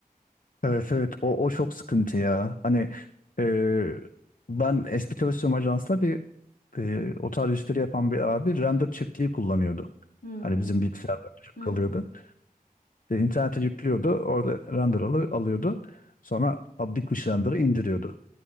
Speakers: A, on the left (about 60°); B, on the left (about 80°).
A: Evet evet o, o çok sıkıntı ya. Hani e, ben eski çalıştığım ajansta bir e, o tarz işleri yapan bir abi render çiftliği kullanıyordu.
B: Hı
A: Hani
B: hı.
A: bizim bilgisayarda çok
B: Hı
A: kalıyordu.
B: hı.
A: E, internete yüklüyordu. Orada render alı- alıyordu. Sonra "Aa, bitmiş render'ı indiriyordu.